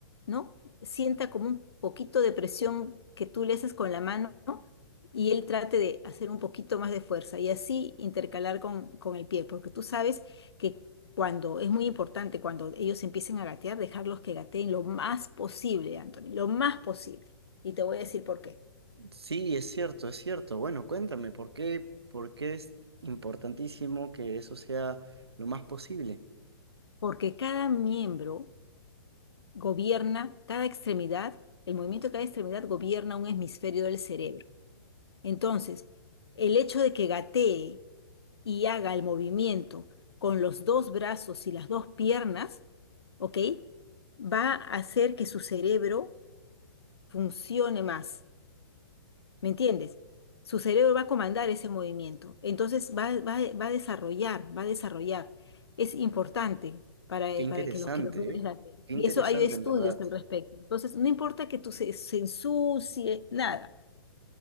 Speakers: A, on the left; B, on the right.
A: ¿no? Sienta como un poquito de presión que tú le haces con la mano, ¿no? Y él trate de hacer un poquito más de fuerza y así intercalar con, con el pie, porque tú sabes que cuando es muy importante, cuando ellos empiecen a gatear, dejarlos que gateen lo más posible, Anthony, lo más posible. Y te voy a decir por qué.
B: Sí, es cierto, es cierto. Bueno, cuéntame, ¿por qué, por qué es importantísimo que eso sea lo más posible?
A: Porque cada miembro gobierna cada extremidad, el movimiento de cada extremidad gobierna un hemisferio del cerebro. Entonces, el hecho de que gatee y haga el movimiento con los dos brazos y las dos piernas, ¿ok? Va a hacer que su cerebro funcione más ¿Me entiendes? Su cerebro va a comandar ese movimiento. Entonces va, va- va a desarrollar, va a desarrollar. Es importante para,
B: Qué
A: eh,
B: interesante,
A: para que los que los vean
B: ¿eh?
A: les late.
B: Qué interesante,
A: Y eso hay estudios
B: en verdad.
A: al respecto. Entonces, no importa que tú se, se ensucie, nada.